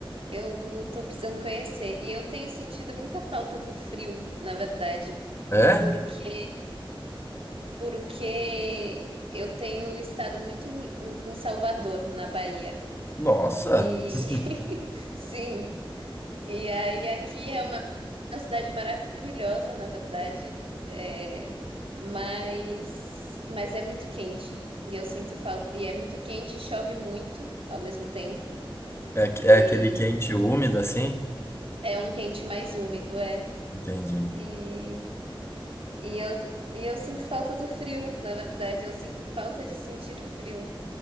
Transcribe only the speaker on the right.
eu tô precisando conhecer. E eu tenho sentido muita falta do frio, na verdade,
porque porque eu tenho estado muito em, em Salvador, na Bahia.
E <laughs>
sim, E aí aqui é uma, uma cidade maravilhosa, na verdade, é, mas, mas é muito quente. E eu sinto falta. E é muito quente, e chove muito ao mesmo tempo.
E
é um quente mais úmido, é.
E, e eu, e eu sinto falta do frio, na verdade, eu sinto falta de sentir o frio.